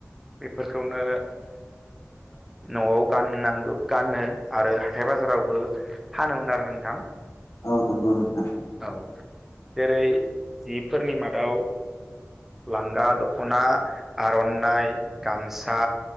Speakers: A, in the centre; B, on the left.
A: बेफोरखौनो न'आव गाननांगौ गानो आरो ह हाथाइ बाजारावबो फानोमोन आरो नोंथां
B: औ नंगौ नोंथां
A: औ जेरै जिफोरनि मादाव लांगा दख'ना आर'नाइ गामसा